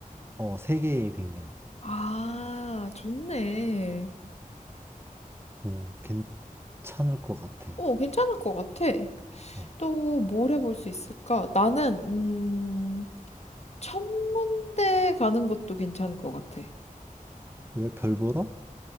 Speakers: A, on the right (about 15°); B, on the left (about 50°).
A: 어, 세계의 비밀.
B: 아, 좋네.
A: 어, 괜찮을 것 같아.
B: 어, 괜찮을 것 같아.
A: 어,
B: 또 뭘 해볼 수 있을까? 나는, 음, 천문대 가는 것도 괜찮을 것 같아.
A: 왜 별 보러?